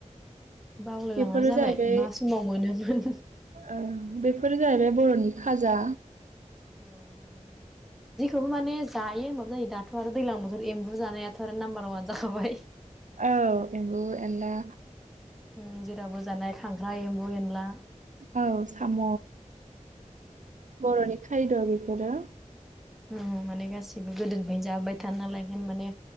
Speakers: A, in the centre; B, on the right.
A: बावलायलांनाय
B: बेफोरो
A: जाबाय
B: जाहैबाय
A: मा समाव मोनोमोन
B: ओ बेफोरो जाहैबाय बर'नि खाजा
A: औ माने जेखौबो माने जायो होनबाबो जायो दाथ' आरो दैलां बोथोर एम्बु जानायाथ' आरो नाम्बार वान जाखाबाय।
B: औ एमबु एनला
A: उम जेरावबो जानाय खांख्राइ एम्बु एन ला।
B: औ साम' बर'नि खायद' बेफोरो
A: नोंगौ माने गासिबो गोदोनिफ्रायनो जाबोबाय थानालाय ओंखायनो माने